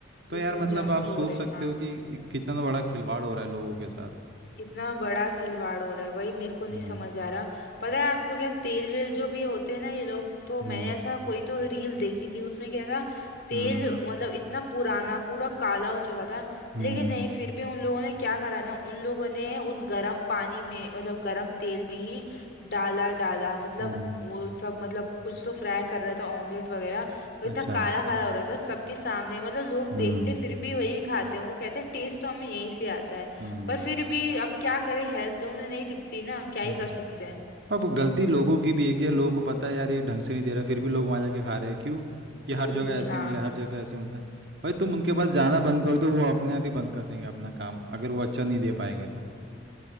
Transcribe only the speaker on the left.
जिसमें
जर्म्स
हो रहे हैं
हाँ।
कितना बड़ा खिलवाड़ हो रहा है वही मेरे को नहीं
समझ आ रहा पता है आपको क्या तेल वेल जो भी होते हैं ना ये लोग तो
मैंने ऐसा कोई तो रील देखी थी उसमें क्या था तेल
मतलब इतना पुराना पूरा काला हो चुका था
लेकिन नहीं फिर भी उन लोगों ने क्या करा ना उन लोगों ने उस गर्म पानी में मतलब गर्म तेल में ही डाला डाला मतलब
वो सब मतलब कुछ तो फ्राई कर रहा था ऑमलेट वगैरह और
इतना काला काला हो रहा था सबके सामने मतलब लोग
देखते फिर भी वही खाते हैं वो कहते हैं टेस्ट तो हमें यहीं से आता है
पर फिर भी अब क्या करें हेल्थ तो उन्हें नहीं दिखती ना क्या ही
कर सकते हैं
फिर
भी
हाँ